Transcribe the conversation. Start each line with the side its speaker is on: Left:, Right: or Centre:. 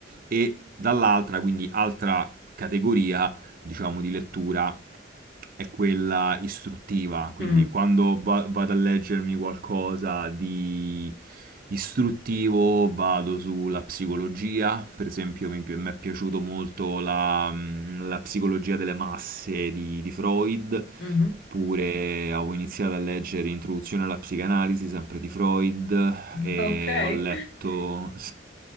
Right: e dall'altra, quindi altra categoria diciamo di lettura è quella istruttiva, quindi
Left: Mm,
Right: quando va- vado a leggermi qualcosa di istruttivo vado sulla psicologia, per esempio mi, pi- mi è piaciuto molto la, la psicologia delle masse di, di Freud,
Left: mhm.
Right: oppure avevo iniziato a leggere Introduzione alla psicanalisi sempre di Freud
Left: <laughs>
Right: e
Left: Ok,
Right: ho letto...